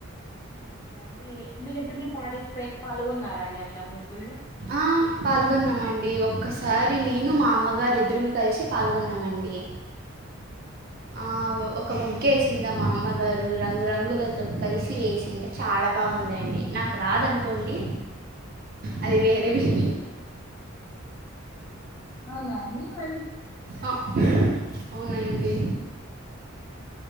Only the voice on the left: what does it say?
అదే అండి అంటే మీరు ఎప్పుడైనా పార్టిసిపేట్ పాల్గొన్నారా అండి అట్లా ముగ్గుల్లో?
అవునా అండి వల్